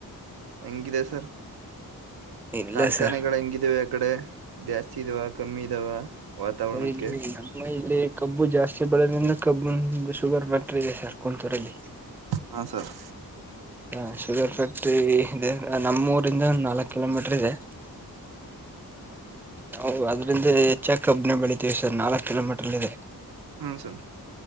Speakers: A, on the right; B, in the centre.
A: ಹೆಂಗಿದೆ ಸರ್
B: ಇಲ್ಲ
A: ಕಾರ್ಖಾನೆಗಳು
B: ಸರ್
A: ಹೆಂಗಿದವೆ ಆ ಕಡೆ ಜಾ ಸ್ತಿ ಇದಾವ ಕಮ್ಮಿ ಇದಾವ. ವಾತಾವರಣಕ್ಕೆ
B: ಸರಿ ಇಲ್ಲಿ ನಮ್ಮ ಇಲ್ಲಿ ಕಬ್ಬು ಜಾಸ್ತಿ ಬೆಳದ್ರಿಂದ ಕಬ್ಬು ಶುಗರ್ ಫ್ಯಾ ಕ್ಟರಿ ಇದೇ ಸರ್ ಕುಂತೂರಲ್ಲಿ
A: ಹಾ ಸರ್
B: ಹ ಶುಗರ್ ಫ್ಯಾಕ್ಟ್ರಿ ಇದೆ ನಮ್ಮೂ ಊರಿಂದ ನಾಲ್ಕ್ ಕಿಲೋಮೀಟರ್ ಇದೆ ನಾವು ಅದ್ರಿಂದ ಹೆಚ್ಚಾಗಿ ಕಬ್ಬು ನೇ ಬೆಳಿತೀವಿ ಸರ್ ನಾಲ್ಕ್ ಕಿಲೋಮೀಟರ್ ಇದೆ.
A: ಹ್ಮ ಸರ್.